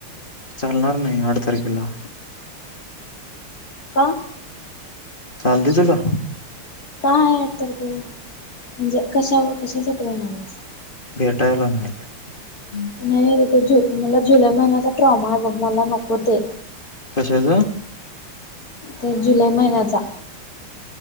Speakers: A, on the left (about 25°); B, on the left (about 40°).
A: चालणार नाही आठ तारखेला?
B: का
A: चालतय तुला?
B: काय आत के म्हणजे कशा कशाच करून आलायस.
A: <unintelligible>
B: नाही तिथ जु मला जुलै महिन्याचा ट्रॉमा आहे बघ मला नको ते
A: कशाच
B: ते जुलै महिन्याचा.